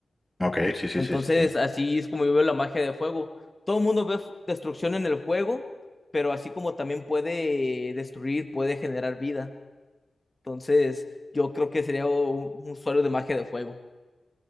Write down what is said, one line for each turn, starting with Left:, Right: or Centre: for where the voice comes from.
Centre: ok, sí, sí,
Left: Entonces,
Centre: sí, sí, sí.
Left: así es como yo veo la magia de fuego. Todo el mundo ve f- destrucción en el fuego, pero así como también puede destruir, puede generar vida. Entonces, yo creo que sería un un usuario de magia de fuego.